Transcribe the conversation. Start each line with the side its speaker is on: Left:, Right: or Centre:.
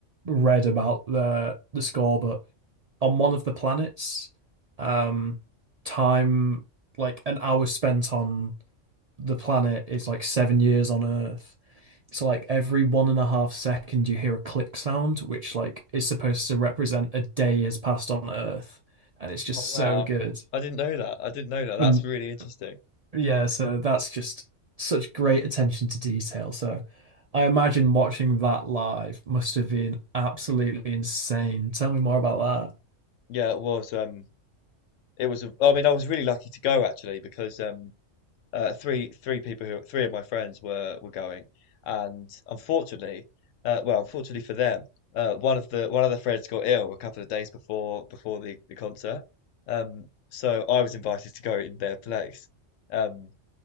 Right: read about the the score. But on one of the planets, um, time like an hour spent on the planet is like seven years on Earth. So like every one and a half second you hear a click sound, which like is supposed to represent a day has passed on Earth, and it's just
Left: Oh
Right: so
Left: wow,
Right: good.
Left: I didn't know that. I didn't know that. That's
Right: And
Left: really interesting.
Right: yeah, so that's just such great attention to detail. So I imagine watching that live must have been absolutely insane. Tell me more about that.
Left: Yeah, it was. Um, it was. A, I mean, I was really lucky to go actually because um, uh, three three people who three of my friends were were going, and unfortunately, uh, well, unfortunately for them, uh, one of the one of the friends got ill a couple of days before before the the concert, um, so I was invited to go in their place, um,